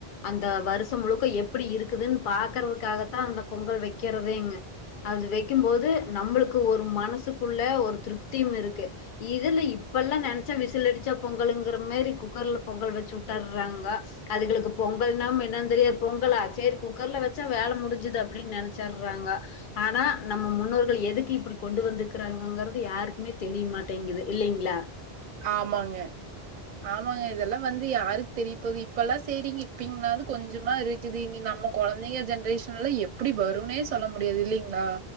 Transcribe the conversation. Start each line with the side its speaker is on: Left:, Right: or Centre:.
Left: அந்த வருஷம் முழுக்க எப்பிடி இருக்குதுன் பாக்கறதுக்காகத்தா அந்த பொங்கல் வக்கிறதேங்க அது வைக்கும்போது நம்மளுக்கு ஒரு மனசுக்குள்ள ஒரு திருப்தியும் இருக்கு இதுல இப்பல்லா நெனச்சா விஷ் விசில் அடுச்சா பொங்கலுங்கிற மாரி குக்கர்ல பொங்கல் வச்சு விட்டற்றாங்க அதுகளுக்கு பொங்கல்னாம் என்னான் தெரியாது பொங்கலா சேரி குக்கர்ல வச்சா வேல முடுஞ்சது அப்பிடின் நெனச்சற்றாங்க ஆனா நம்ம முன்னோர்கள் எதுக்கு இப்பிடி கொண்டு வந்துக்குறாங்கங்கறது யாருக்குமே தெரியமாட்டேங்குது இல்லேங்களா
Right: ஆமாங்க ஆமாங்க இதெல்லா வந்து யாருக்கு தெரிய போகுது இப்பல்லா செய்ரிங்க இப்பிங்ளாவது கொஞ்சமா இரு க்குது நீ நம்ம கொழந்தைங்க ஜென்ரேஷன்ல எப்பிடி வருனே சொல்ல முடியாது இல்லீங்களா